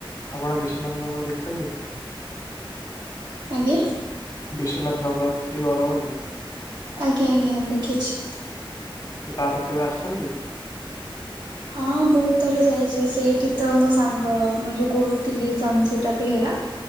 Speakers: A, on the left (about 35°); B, on the right (about 55°).
A: ଆପଣ ବିଶ୍ୱନାଥ ନଗର ଦେଖିଛନ୍ତି?
B: ଆଜ୍ଞା?
A: ବିଶ୍ବନାଥ ନଗର ସେଇ ବରଗଡ଼ରେ।
B: ଆଜ୍ଞା, ଆଜ୍ଞା, ଦେଖିଛି।
A: ସେ ପାର୍କକୁ କେବେ ଆସିଛନ୍ତି?
B: ହଁ, ବହୁତ ଥର ଯାଇଛି ସେଇଠି ତ ମୋ ସାଙ୍ଗ ମୁଁ ଯୋଉ କହୁଥିଲି ସଂଜିତା ବେହେ ରା